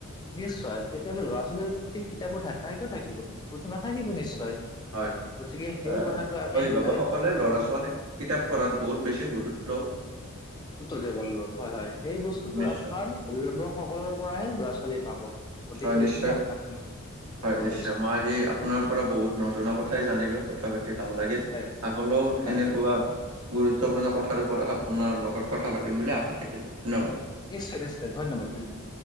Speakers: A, on the left; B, on the right.
A: নিশ্চয়। তেতিয়াহ'লে ল'ৰা ছোৱালীৰ প্ৰতি কিতাপৰ ধান্দা কিয় থাকিব? ক'তো নথাকিব নিশ্চয়।
B: হয়,
A: গতিকে সেই
B: অভিভাৱক
A: কথাটো আমি সদায়
B: সকলে
A: ওপৰত
B: ল'ৰা ছোৱালী কিতাপ পঢ়াত বহুত বেছি গুৰুত্ব
A: দিব লাগিব হয়, হয়, এই বস্তুটো
B: নিশ্চয়,
A: আপোনাৰ অভিভাৱক সকলৰ পৰাহে ল'ৰা ছোৱালী পাব, গতিকে
B: হয়,
A: সেইখিনিয়ে
B: নিশ্চয়
A: আপোনাক মই
B: হয়
A: কব
B: নিশ্চয়।
A: গৈছো।
B: মই আজি আপোনাৰ পৰা বহুত নজনা কথাই জানিলো, কথা পাতি ভাল লাগিল।
A: হয়
B: আগলৈও
A: হয়
B: এনেকুৱা
A: হয়
B: গুৰুত্বপূৰ্ণ কথাৰ ওপৰত আপোনাৰ লগত কথা পাতিম বুলি আশা থাকিল ধন্যবাদ।
A: নিশ্চয় নিশ্চয় ধন্যবাদ ধন্যবাদ।